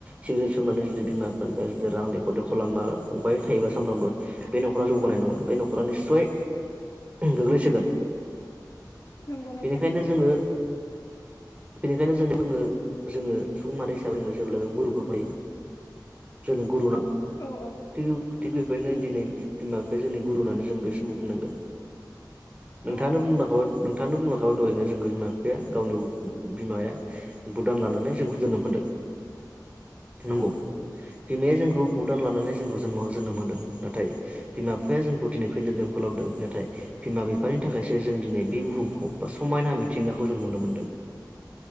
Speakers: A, on the right; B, on the left.
A: सिगारेट सनानै जुदि बिमा फान बा ज रां देखर देखर लांना बाय थायोबास सानफ्रामबो बे न'खरा जौगानाय नङा बे न'खरा निसय गोग्लैसोगोन
B: नोंगौ नोंथां
A: बेनिखायनो जोङो बेनिखायनो जों बुङो जोङो सुबु माहारि हिसाबै जो जेब्ला बे गुरुखौ फैयो जों गुरुुनाव
B: औ औ
A: <inaudible> बिमा
B: उम
A: बिफाया जोंनि गुरुनानै जों बे समाव बुंनांगोन नोंथाङानो
B: औ औ
A: बुंनांगौों खोनथानो बुंलांखाब दरनो जों बिमा बिफाया गावनि बिमाया भुदान लानानै जोंखौ जोनोम मोनदों नंगौ
B: औ
A: बिमाया जोंखौ गुदान लानानै जोंखौ जोनमाव जोनोम होदों, नाथाय बिमा बिफाया जोंखौ दिनै फेदेरदों फोलावदों। नाथाय बिमा बिफानि थाखायसो जों दिनै बे बुहुमखौ बा समायना मिथिंगाखौ जों नुनो मोनदों।